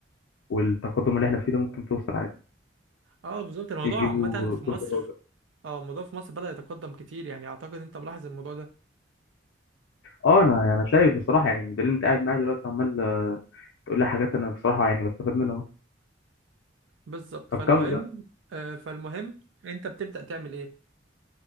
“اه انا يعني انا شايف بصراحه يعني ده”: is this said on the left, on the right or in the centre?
Left